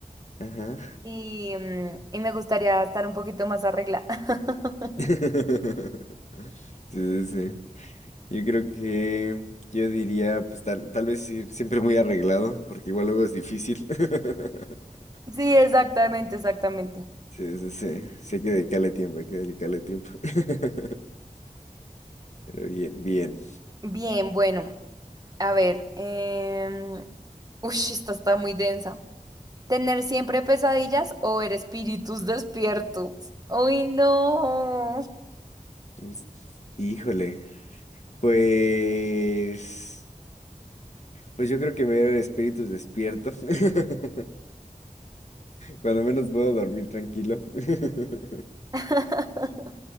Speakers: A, on the left; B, on the right.
A: Ajá.
B: y, mm, y me gustaría estar un poquito más arreglada. <laughs>
A: <laughs> Sí, sí, sí. Yo creo que yo diría, pues tal, tal vez ir siempre muy arreglado, porque igual luego es difícil. <laughs>
B: Sí, exactamente, exactamente.
A: Sí, sí, sí. Sí hay que dedicarle tiempo, hay que dedicarle tiempo. <laughs> Pero bien, bien.
B: Bien, bueno, a ver, em, uy, esta está muy densa. ¿Tener siempre pesadillas o ver espíritus despiertos? Uy, no.
A: Pues, Híjole. Pues... Pues yo creo que ver el espíritus despierto. <laughs> Cuando menos puedo dormir tranquilo. <laughs>
B: <laughs>